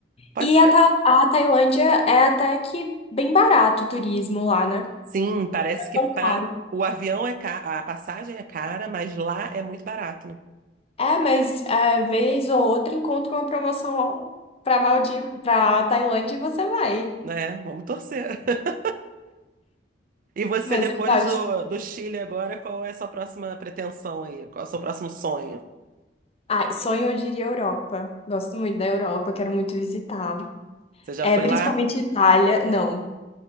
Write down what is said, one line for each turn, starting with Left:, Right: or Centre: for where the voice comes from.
Right: Pode
Left: E
Right: ser.
Left: a, Ta- a Tailândia é até que bem barato o turismo lá, né?
Right: Sim, parece
Left: Não é
Right: que
Left: tão
Right: para
Left: caro.
Right: o avião é ca... a passagem é cara, mas lá é muito barato, né?
Left: É, mas é, vez ou outra encontra uma promoção pra Maldiv... pra Tailândia e você vai.
Right: Né? Vamos torcer. <laughs> E você,
Left: Mas
Right: depois
Left: eu gosto.
Right: do, do Chile agora, qual é a sua próxima pretensão aí? Qual é o seu próximo sonho?
Left: Ah, sonho eu diria Europa. Gosto muito da Europa, quero muito visitar.
Right: Você já
Left: É,
Right: foi
Left: principalmente
Right: lá?
Left: Itália, não,